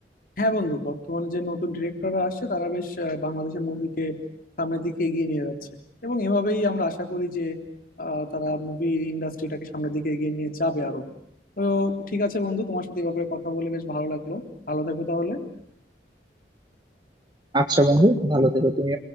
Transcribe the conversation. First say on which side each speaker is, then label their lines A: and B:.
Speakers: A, on the left; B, on the right.
A: হ্যাঁ বন্ধু বর্তমানে যে নতুন ডিরেক্টররা আসছে তারা বেশ আহ, বাংলাদেশের মুভিকে সামনের দিকে এগিয়ে নিয়ে যাচ্ছে এবং এভাবেই আমরা আশা করি যে আহ, তারা মুভি ইন্ডাস্ট্রিটাকে সামনের দিকে এগিয়ে নিয়ে যাবে আরো তো ঠিক আছে বন্ধু তোমার সাথে এই ব্যাপারে কথা বলে বেশ ভালো লাগলো ভালো থেকো তাহলে
B: আচ্ছা বন্ধু ভালো থেকো তুমি